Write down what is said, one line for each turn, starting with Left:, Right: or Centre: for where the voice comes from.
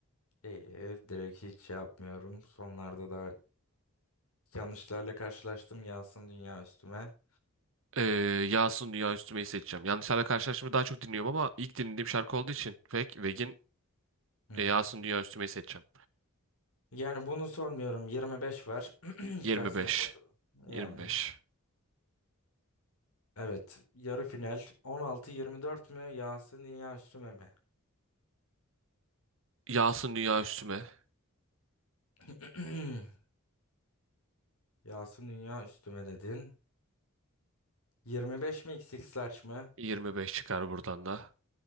Left: Ee, direkt hiç şey yapmıyorum. Sonlarda da Yanlışlarla karşılaştım yağsın dünya üstüme.
Right: Ee, Yağsın Dünya Üstüme'yi seçeceğim. Yanlışlarla karşılaşmayı daha çok dinliyorum ama ilk dinlediğim şarkı olduğu için Vek, Veg'in
Left: Hı
Right: e,
Left: hı.
Right: Yağsın Dünya Üstüme'yi seçeceğim.
Left: Yani bunu sormuyorum. 25 var. <clears throat>
Right: 25.
Left: Karşısına foto. Yani.
Right: 25.
Left: Evet. Yarı final. 16-24 mü? Yağsın dünya üstüme mi?
Right: Yağsın Dünya Üstüme.
Left: <clears throat> Yağsın dünya üstüme dedin. 25 mi XX large mı?
Right: 25 çıkar buradan da.